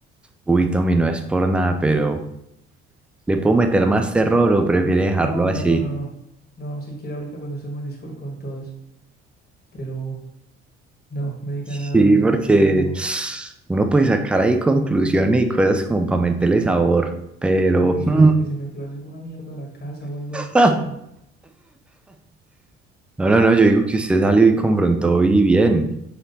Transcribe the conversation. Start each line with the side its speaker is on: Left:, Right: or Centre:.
Centre: Uy, Tommy, no es por nada, pero ¿le puedo meter más terror o prefiere dejarlo
Left: No, no,
Centre: así?
Left: no, no, no. No, siquiera ahorita cuando estemos en Discord con todos, pero No, me digan
Centre: Sí,
Left: ahora mismo
Centre: porque
Left: que ahora mismo
Centre: uno puede sacar ahí conclusiones y cosas como para meterle sabor, pero...
Left: conclusiones
Centre: mm,
Left: de que se metió alguna mierda a la casa o algo así,
Centre: <laughs>
Left: pero...
Centre: No, no, no, yo digo que usted salió y confrontó y bien.